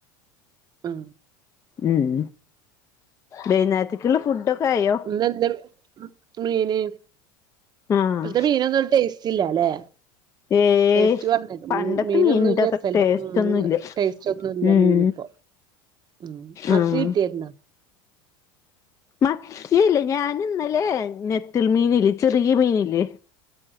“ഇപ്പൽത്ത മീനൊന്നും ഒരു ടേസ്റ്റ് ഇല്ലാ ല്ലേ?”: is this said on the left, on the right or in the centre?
Right